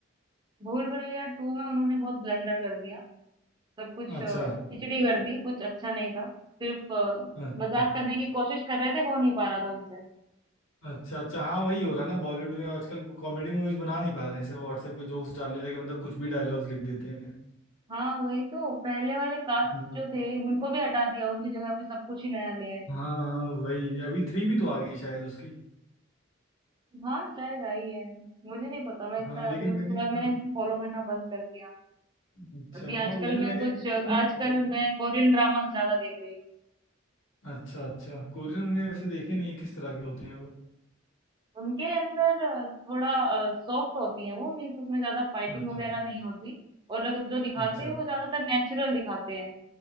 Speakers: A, on the right; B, on the left.
A: भूल भुलैया टू में उन्होंने बहुत ब्लंडर कर दिया सब कुछ
B: अच्छा
A: अ, खिचड़ी कर दी कुछ अच्छा नहीं था सिर्फ अ,
B: अच्छा
A: मजाक करने की कोशिश कर रहे थे हो नहीं पा रहा था उनसे
B: अच्छा अच्छा हाँ वही हो रहा ना बॉलीवुड में आजकल कॉमेडी मूवीज बना नहीं पा रहे हैं सिर्फ व्हाट्सएप के जोक्स डालने लगे मतलब कुछ भी डायलॉग्स लिख देते हैं
A: हाँ, वही तो पहले वाले कास्ट
B: हाँ
A: जो थे उनको भी हटा दिया उनकी जगह पे सब कुछ ही नया ले आए
B: हाँ वही अभी थ्री भी तो आ गई शायद उसकी
A: हाँ शायद आई है मुझे नहीं पता मैं इतना
B: हाँ लेकिन
A: अभी उसके
B: मैंने
A: बाद मैंने
B: हाँ
A: इसको फॉलो करना बंद कर दिया
B: अच्छा
A: अभी
B: हाँ
A: आजकल
B: वो भी मैंने
A: मैं कुछ
B: देखी
A: आजकल
B: नहीं वैसे।
A: मैं कोरियन ड्रामास ज्यादा देख रही हूँ
B: अच्छा अच्छा कोरियन मैंने वैसे देखे नहीं किस तरह के होते हैं वो
A: उनके अंदर अ, थोड़ा सॉफ्ट होती है वो मीन्स उसमें ज्यादा फाइटिंग
B: अच्छा
A: वगैरह नहीं होती और अगर जो दिखाते
B: अच्छा
A: हैं
B: अच्छा
A: वो ज्यादातर नेचुरल दिखाते हैं